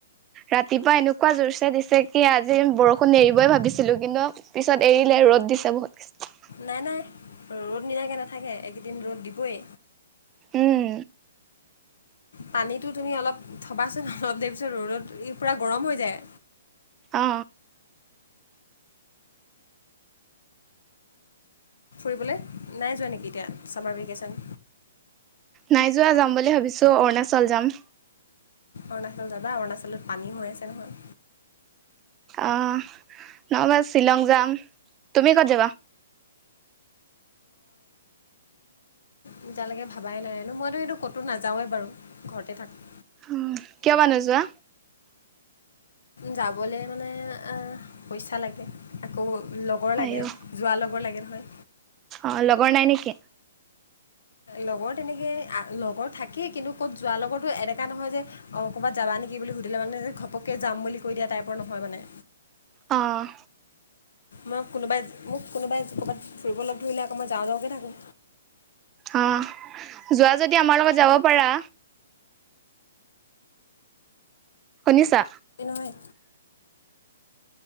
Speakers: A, on the right; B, on the left.
A: ৰাতিপুৱা এনেকুৱা জোৰ চে দিছে কি আজি বৰষুণ এৰিবই ভাবিছিলো কিন্তু পিছত এৰিলে ৰ তত দিছে বহুতষ্ট।
B: নাই নাই ৰ'দ নিদাকে নাথাকে এই দিন ৰ'দ দিবই।
A: উম,
B: পানীটো তুমি অলপ থবাচোন অলপ দেৰি পিছত ৰ'দত পুৰা গৰম হৈ যায়।
A: অ।
B: ফুৰিবলে নাই যোৱা নেকি এতিয়া চামাৰ ভিকেশন।
A: নাই যোৱা যাম বুলি ভাবিছো অৰুণাচল যাম
B: অৰুণাচল যাবা অৰুণাচলত পানী হৈ আছে নহয়
A: আহ নহবা শ্বিলং যাম তুমি ক'ত যাবা
B: নিজালৈকে ভাবাই নাই মইতো এইটো ক'তো নাযাওৱে বাৰু ঘৰতে থাকো
A: অ', কিয় বা নোযোৱা।
B: যাবলে মানে আহ পইচা লাগে আকৌ লগৰ লাগে
A: আইও
B: যোৱা লগত লাগিল হয়
A: অ লগৰ নাই নেকি
B: লগৰ তেনেকে লগৰ থাকেই কিন্তু ক'ত যোৱাৰ লগৰো এনেকা নহয় যে অ কৰ'বাত যাবা নেকি কি বুলি সুধিলে মানে ঘপকে যাম বুলি কৈ দিয়া টাইপৰ নহয় মানে
A: আহ
B: মই কোনোবাই মোক কোনোবাই ক'ৰবাত ফুৰিব লগ ধৰিলে আকৌ মই যাওঁ যাওঁকৈ থাকোঁ
A: অ যোৱা যদি আমাৰ লগত যাব পাৰা শুনিছা
B: নহয়